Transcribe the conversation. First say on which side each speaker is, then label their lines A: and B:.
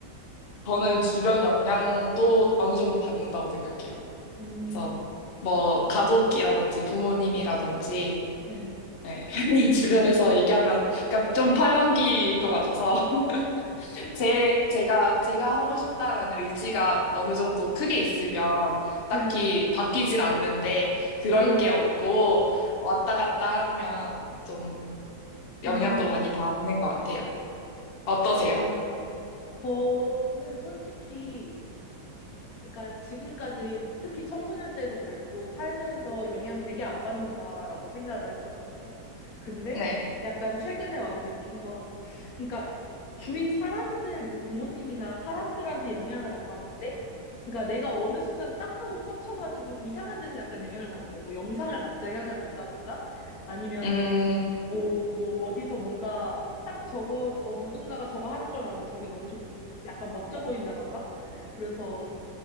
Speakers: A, on the left (about 50°); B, on the left (about 65°).
A: 저는 주변 영향도 어느 정도 받는다고 생각해요.
B: 음,
A: 그래서 뭐 가족이라든지 부모님이라든지
B: 네.
A: 네, <laughs> 주변에서
B: <laughs>
A: 얘기하면 그러니까 좀 팔랑귀인 것 같아서 <laughs> 제 제가 제가 하고 싶다라는 의지가 어느 정도 크게 있으면 딱히
B: 네.
A: 바뀌진 않는데 그런
B: 아,
A: 게 없고 왔다 갔다 하면 좀 영향도
B: 음,
A: 많이 받는 것 같아요. 어떠세요?
B: 아. 저는 솔직히 그러니까 지금까지 특히 청소년 때도 그랬고 살면서 영향 되게 안 받는다라고 생각을 했었거든요. 근데
A: 네.
B: 약간 최근에 와서 느낀 건 그러니까 주위 사람들 뭐 부모님이나 사람들한테 영향을 안 받는데 그러니까 내가 어느 순간 딱 하고 꽂혀가지고 이상한 데서 약간 영향을 받는 거. 뭐 영상을 갑자기 하나 를 본다던가 아니면은
A: 음,
B: 뭐 뭐 어디서 뭔가 딱 저거 어, 누군가가 저거 하는 걸 봤는데 저게 너무 좋 약간 멋져 보인다던가 그래서